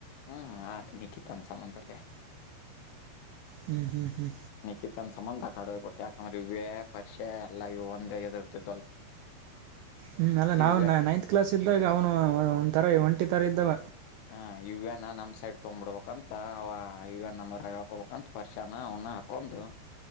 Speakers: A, on the left; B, on the right.
A: ಹ್ಮ್ ನಿಕಿತನ್ <unintelligible>
B: ಹ್ಞೂ ಹ್ಞೂ ಹ್ಞೂ
A: ನಿಖಿತನ್ ಸಂಬಂಧ ಕಡುವ ಕೊಟ್ಟು ಯಾಕಂದ್ರೆ ಇವೇ ಪರಿಷೆ ಎಲ್ಲ ಇ <unintelligible>
B: ಹ್ಮ್ ಅಲ್ಲ ನಾವು
A: ಇವ್ಯ
B: ನೈನ್ತ್ ಕ್ಲಾಸ್ ಇದ್ದಾಗ ಅವನು ಒಂಥರ <unintelligible> ತರಿದ್ದವ
A: ಹ ಇವನ್ ನಮ್ ಸೈಡ್ ತಗೊಬಿಡ್ಬೇಕಂತ ಅಂತ ಅವ <unintelligible> ಹೇಳ್ಕೊಬೇಕಂತ ವರ್ಷನ ಅವನ ಹಾಕೊಂಡು